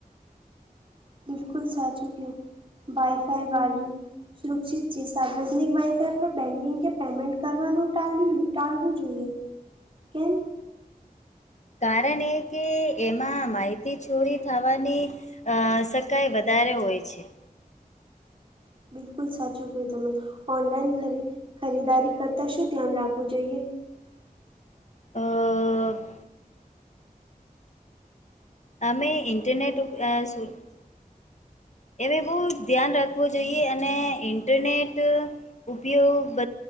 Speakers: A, on the right; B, on the left.
A: બિલકુલ સાચું કિયુ વાાઈફાઈ <unintelligible> સુરક્ષિત છે સાર્વજનિક વાઈફાઈ પર બેન્કિંગ કે પેમેન્ટ કરવાનું ટાળ્યું ટાલવું જોઈએ કેમ
B: કારણ એ કે એમાં માહિતી ચોરી થવાની અ શકાય વધારે હોય છે
A: બિલકુલ સાચું કયું તમે ઓનલાઈન ખરી ખરીદારી કરતા શું ધ્યાન રાખવું જોઈએ
B: અ <inaudible> અમે ઇન્ટરનેટ ઉપ સુ <unintelligible> એને બહુ ધ્યાન રાખવું જોઈએ અને ઇન્ટરનેટ ઉપયોગ